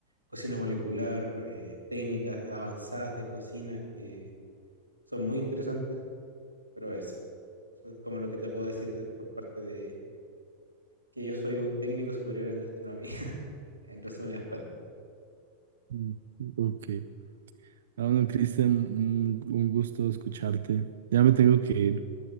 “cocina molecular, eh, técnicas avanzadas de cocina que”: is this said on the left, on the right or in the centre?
Left